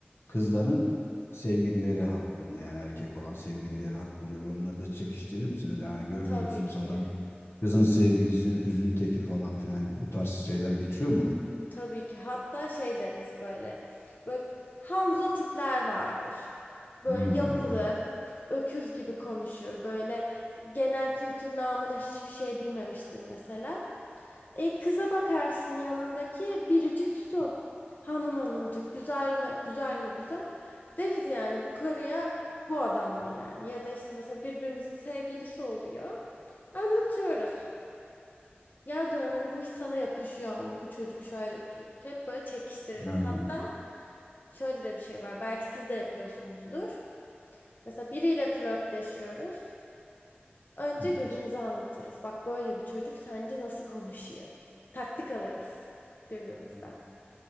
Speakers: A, on the left; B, on the left.
A: kızların sevgilileri hakkında yani erkek olan sevgilileri hakkında böyle onları da çekiştirir misiniz? Yani görmüyor
B: Tabii
A: musunuz
B: ki.
A: adam kızın sevgilisi öküzün teki falan filan bu tarz şeyler geçiyor mu?
B: Tabii ki. Hatta şey deriz böyle. Böyle Hanzo tipler vardır. Böyle
A: Ha,
B: yapılı,
A: evet.
B: öküz gibi konuşur. Böyle genel kültür namına hiçbir şey bilmemiştir mesela. E, kıza bakarsın yanındaki biricik su. Hanım hanımcık güzel mi güzel mi güzel deriz yani bu karıya bu adam mı yani ya da işte mesela birbirimizin sevgilisi oluyor. Anlatıyoruz. Ya diyorum hani bu hiç sana yakışıyor mu? Bu çocuk şöyle bir çocuk. Hep böyle çekiştiririz.
A: Ha,
B: Hatta şöyle de bir şey var. Belki siz de yapıyorsunuzdur. Mesela biriyle flörtleşiyoruz. Önce
A: evet.
B: birbirimize anlatırız. Bak böyle bir çocuk sence nasıl konuşayım? Taktik alırız birbirimizden.
A: Ha,